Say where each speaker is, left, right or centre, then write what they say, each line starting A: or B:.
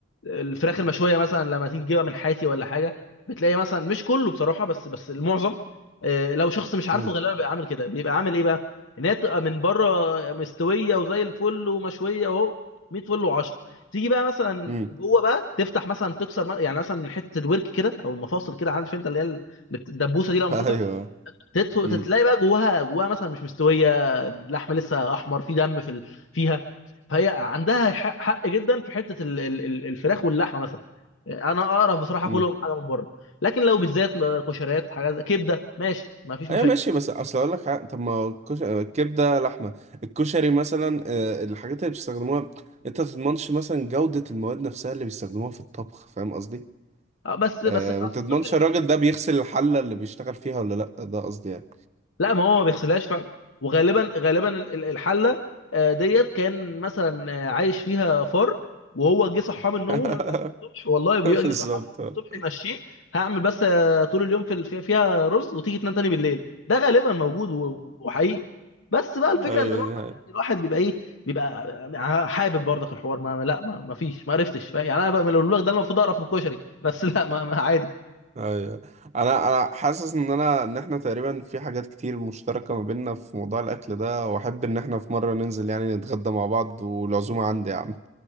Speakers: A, on the left (about 70°); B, on the right (about 35°).
A: الفراخ المشويه مثلا لما تيجي تجيبها من حياتي ولا حاجه بتلاقي مثلا مش كله بصراحه بس بس المعظم آه، لو شخص مش عارفه
B: مم.
A: غالبا بيبقى عامل كده بيبقى عامل ايه بقى ان هي تبقى من بره مستويه وزي الفل ومشويه اهو 100 فل و10 تيجي بقى مثلا
B: مم.
A: جوه بقى تفتح مثلا تكسر م- يعني مثلا من حته الورك كده او المفاصل كده عارف انت اللي هي ال- اللي بت- الدبوسه دي لما
B: <laughs>
A: تقطع
B: أيوه
A: تدخل
B: مم.
A: تلاقي بقى جواها جواها مثلا مش مستويه اللحم لسه احمر في دم في ال... فيها فهي عندها حق, حق جدا في حته ال... ال... ال- الفراخ واللحمه مثلا انا اعرف بصراحه
B: مم.
A: كلهم حاجه من بره لكن لو بالذات كشريات حاجات زي- كبده ماشي ما فيش
B: ايوه
A: مشاكل
B: ماشي بس اصل اقول لك حاجة، طب ما الكش... الكبده لحمه الكشري مثلا آه، الحاجات اللي بيستخدموها انت ما تضمنش مثلا جوده المواد نفسها اللي بيستخدموها في الطبخ فاهم قصدي
A: آه، بس
B: آه،
A: بس اصل
B: ما تضمنش
A: الكشري
B: الراجل
A: فاهم يعني
B: ده بيغسل الحله اللي بيشتغل فيها ولا لا ده قصدي يعني
A: لا ما هو ما بيغسلهاش فعلا وغالبا غالبا ال- ال- الحله آه، ديت كان مثلا آه، عايش فيها فار وهو جه صحاه من نومه
B: <laughs>
A: مثلا الصبح والله بيبقى
B: بالظبط
A: جه صحاه من نومه
B: آه.
A: الصبح يمشيه هعمل بس آه، طول اليوم في ال- فيها فيها رز وتيجي تنام تاني بالليل ده غالبا موجود و- وحقيقي بس بقى الفكره
B: ايوه
A: ان برضك
B: دي حقيقة.
A: يعني الواحد بيبقى ايه بيبقى ع- حابب برضك الحوار ما لا ما, ما فيش ما عرفتش فاهم؟ يعني انا بقى لو لك ده انا المفروض اعرف من الكشري بس لا ما, ما عادي
B: ايوه انا انا حاسس ان انا ان احنا تقريبا في حاجات كتير مشتركه ما بيننا في موضوع الاكل ده واحب ان احنا في مره ننزل يعني نتغدى مع بعض والعزومه عندي يا عم